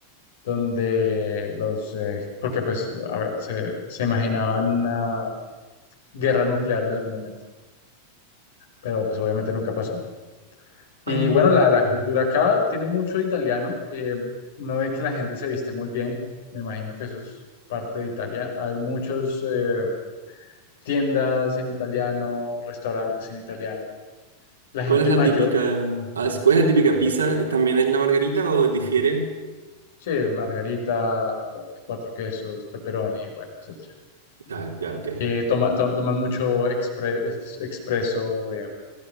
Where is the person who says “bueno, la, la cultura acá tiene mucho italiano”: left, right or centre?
Left